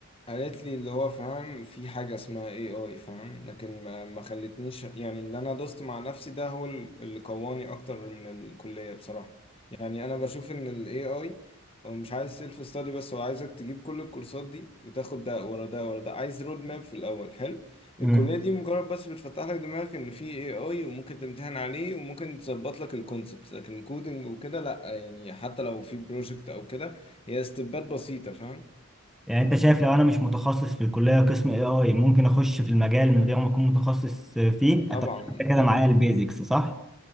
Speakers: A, on the left (about 25°); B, in the centre.
A: قالت لي اللي هو فاهم في حاجة اسمها اي اي فاهم لكن ما ما خلتنيش يعني اللي انا دوست مع نفسي ده هو ال- اللي قواني اكتر من الكلية بصراحة يعني انا بشوف ان الاي اي هو مش عايز سيلف ستادي بس هو عايزك تجيب كل الكورسات دي وتاخد ده ورا ده ورا ده عايز رود ماب في الاول حلو
B: مم.
A: الكلية دي مجرد بس بتفتح لك دماغك ان في اي اي وممكن تمتحن عليه وممكن تظبط لك الكونسبتس لكن كودنج وكده لا يعني حتى لو في بروجكت او كده هي استبات بسيطة فاهم
B: يعني انت شايف لو انا مش متخصص في الكليه قسم اي اي ممكن اخش في المجال من غير ما اكون متخصص فيه
A: طبعا
B: اتعلم كده
A: طبعا
B: معايا البيزكس صح